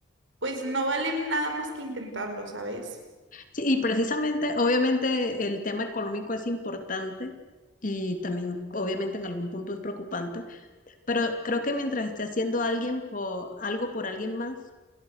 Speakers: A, on the right; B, on the left.
A: pues no vale nada más que intentarlo, ¿sabes?
B: Sí, y precisamente, obviamente, el tema económico es importante y también, obviamente, en algún punto es preocupante. Pero creo que mientras esté haciendo alguien por, algo por alguien más,